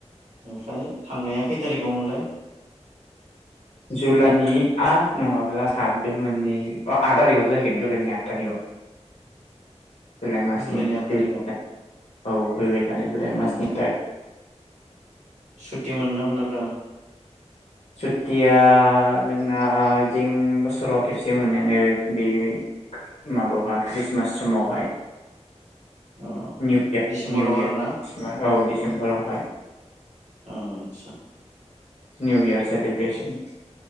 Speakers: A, on the right; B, on the left.
A: ओमफ्राय थांनाया खै थारिगावमोनलाय?
B: जुलाइनि आद नङाब्ला सात बे मोननै ओ आद थारिगाव जाहैगोन जुलाइनि आद थारिगआव जुलाइ मासनि
A: जुलाइनि आट
B: फै
A: थारिखआव
B: थानाय औ फैबाय थानाय जुलाइ
A: उम
B: मासनि था
A: सुटि मोन ना मोनाब्रा
B: सुतिया जोंना इथिं बोसोराव खेबसे मोनो नो बेयो माबायावहा ख्रिस्टमास समावहाय
A: अ
B: निउ इयार
A: डिसेम्बराव
B: निउयार
A: आरोना
B: औ डिसेम्बराव हाय
A: अ आदसा
B: निउ इयार सेलिब्रेसन <inaudible>